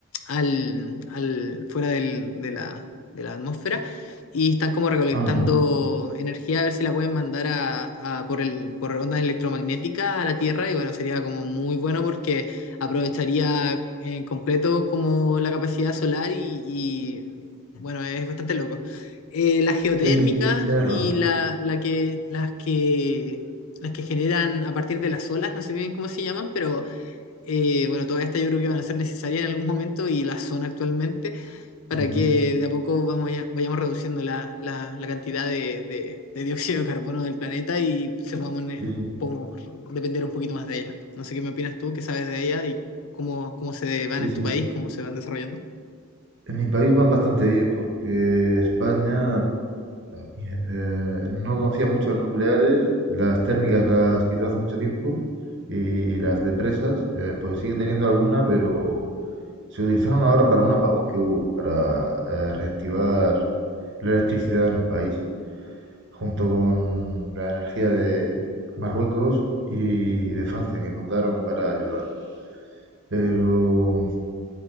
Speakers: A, on the left; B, on the right.
A: al, al, fuera del- de la, de la atmósfera y están como recolectando
B: Ajá.
A: energía a ver si la pueden mandar a, a por el, por onda electromagnética a la Tierra y bueno, sería como muy bueno porque aprovecharía en completo como la capacidad solar y, y, bueno, es bastante loco. Eh, las geotérmicas
B: Sí, sí, sí, tienes
A: y
B: razón.
A: la, la que, las que las que generan a partir de las olas, no sé bien cómo se llaman, pero eh, bueno, todas estas yo creo que van a ser necesarias en algún momento y la son actualmente para
B: Ujú.
A: que de a poco vamos ya- vayamos reduciendo la, la- la cantidad de, de- de dióxido de carbono del planeta y se podamos, eh,
B: Sí, sí,
A: podamos depender un poquito más de ella. No sé qué me opinas tú, qué sabes de ella y cómo, cómo se van
B: sí,
A: en
B: sí.
A: tu país, cómo se van desarrollando.
B: En mi país van bastante bien porque España eh, eh, no confía mucho en nucleares, las térmicas las quitó hace mucho tiempo y las de presas eh, pues sigue teniendo alguna, pero se utilizaron ahora para un apagón que hubo, para eh, reactivar la electricidad en el país, junto con la energía de Marruecos y de Francia que mandaron para ayudar. Pero